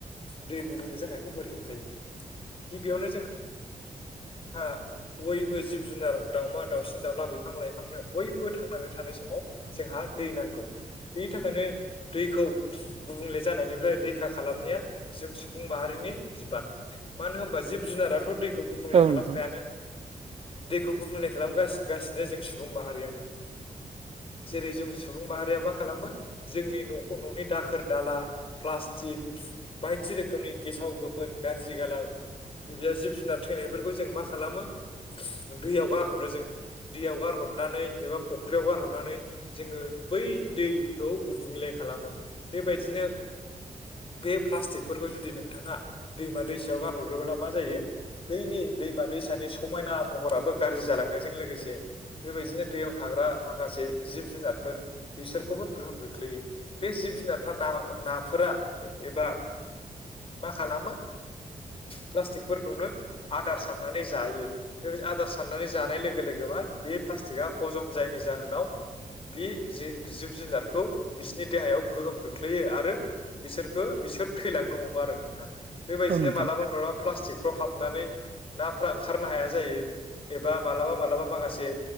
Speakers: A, on the left; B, on the right.
A: दै गुबुंल जानाय खौ बोरै होबथायो गिबियावनो जों हा बयबो जिब-जुनार दावउमा, दावसिन-दाउला बिफां-लाइफांनो बयबो थांनानै थानाय समाव जोंहा दै नांगौ बेनि थाखायनो दैखौ गुबुंले जानायनिफ्राय रैखा खालामनाया जों सुबुं माहारिनि बिबान‌ मानो होमबा जिब-जुनाराथ' दैखौ गुबुंले
B: औ
A: खालाम
B: नोंथां
A: खायानो दैखौ गुबुंले खालमगास गासिनो जों सुबुं माहारियानो। जेरै जों सुबुं माहारिया मा खालामो जोंनि न'ख न'नि दाखोर दाला प्लास्टिक बायदि रोखोमनि गेसाव गोफोन गारजि-गाला <unintelligible> जिब-जुनार थैनायफोरखौ जों मा खालामो दैयाव गारहरदो जों। दैयाव गारहदनानै एबा फुख्रियाव गारहरनानै जोङो बै खौ गुबुंले खालामो बेबायदिनो बे प्लास्टिकफोरखौ जुदि नोंथाङा दैमा दैसायाव गारहरोब्ला मा जायो दैनि-दैमा दैसानि समायना महराबो गाज्रि जालांनायजों लोगोसे बेबायदिनो दैयाव था बा माखासे जिब-जारफोर बिसोर खौबो गोहोम खोख्लैयो बे जिब-जुनारफ्रा ना नाफोरा एबा मा खालामो प्लास्टिकफोरखौनो आदार साननानै जायो बे आदार साननानै जानाय लोगो लोगो मा बे प्लास्टिकआ हजम जायनि जाहोनाव बि जे जिब -जुनारखौ बिसोनि देहायाव गोहोम खोख्लैयो आरो बिसोरखो बिसोर थैलांनो हमा ओ नोंथां बेबायदिनो‌
B: औ नोंथां
A: मालाबा मालाबा प्लासटिकफ्राव हाब नानै नाफोरा ओंखारनो हाया जायो एबा मालाबा मालाबा माखासे